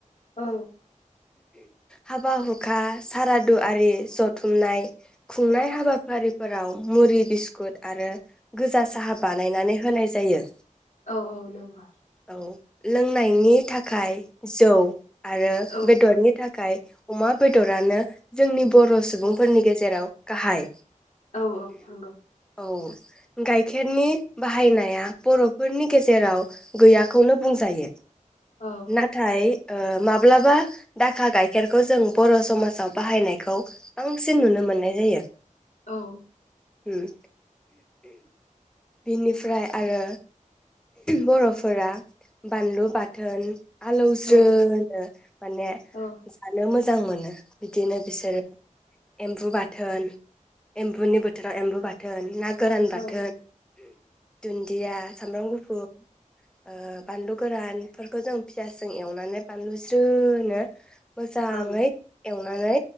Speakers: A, on the left; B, in the centre.
A: औ
B: हाबा हुखा सारादु आरि जथुमनाय खुंनाय हाबाफारिफोराव मुरि बिस्कुट आरो गोजा साहा बानायनानै होनाय जायो
A: औ औ नंगौ
B: औ लोंनायनि थाखाय जौ आरो
A: औ
B: बेदरनि था खाय अमा बेदरानो जोंनि बर सुबुंफोरनि गेजेराव गाहाय
A: औ औ नंगौ
B: औ गाइखेरनि बाहायनाया बरफोरनि गेजेराव गैयाखौनो बुंजायो
A: औ
B: नाथाय ओ माब्लाबा दाखा गाइखेरखौ जों बर समाजाव बाहायनायखौ बांसिन नुनो मोननाय जायो
A: औ
B: उम बिनिफ्राय आरो बरफोरा बानलु बाथोन आलौज्रोनो
A: औ औ
B: <unintelligible> मोजां मोनो बिदिनो बिसोरो एम्बु बाथोन एम्बुनि बोथोराव एम्बु बाथोन ना गोरान बाथोन
A: ओं
B: दुन्दिया सामब्राम गुफुर ओ बानलु गोरानफोरखौ जों फियासजों एवनानै बानलु सि ज्रोनो मोजाङै
A: औ
B: एवनानै